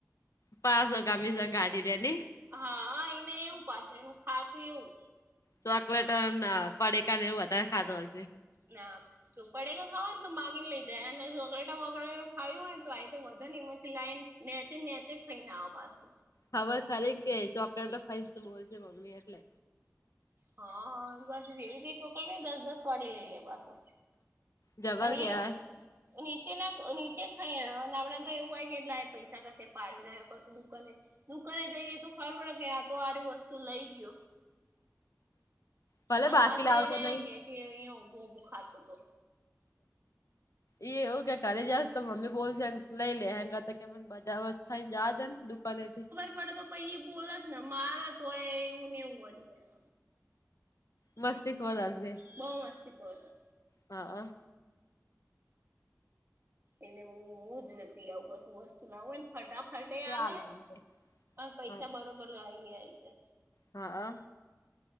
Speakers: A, on the left; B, on the right.
A: પાચ કમિશન કાઢી લે ની
B: હા ઈને એવું પાસે એનું ખાતું એવું
A: ચોકલેટ પડેકા ને એવું વધારે ખાતો હશે
B: ના જો પડીકા ખાય ને તો માગીને લઇ જાય અને ચોકલેટા બોકલેટા ખાવી હોય ને તો આઈ વધે ને એમાંથી લાઈન નેચક નેચક થઈને આવો પાછો
A: ખબર ખાલી ને કે ચોકલેટ ખાય છે તો બોલશે મમ્મી એટલે
B: હા પા જેવી ચોકરી દસ દસ વાળી લઈ લે પાસો
A: જબર
B: એટલે
A: કેવાય
B: નીચે ના નીચે ખાઈ અને આપડેને તો એવું હોય કે એટલા પૈસા કશે પાડી ને આયો કા તો દુકને દુકને જઈ એ તો ખબર પડે કે આ તો હારું વસ્તુ લઈ ગયો
A: ભલે
B: અન
A: બાકી
B: પાછા
A: લાવતો નહી
B: એ કેય કે અહીયા ઉભો ઉભો ખાતો તો
A: એ એવું કે ઘરે જ તો મમ્મી બોલશે લઈ લે હગ તો કે મને બજારમાં અઇ જવાદે ને દુકાનેથી
B: પડ તો પહી એ બોલ જ ને માર તો હોય એવું નેવું વડી જ
A: મસ્તી ખોર જ છે
B: બઉ વાર <unintelligible>
A: હા
B: એને હું હું જ જતી આવું કશું વસ્તુ નાવું એને ફટાફટે
A: ચાલો
B: આવે
A: એમ તો.
B: પણ પૈસા
A: હા
B: બરોબર ગાઈ ગાય છે
A: હા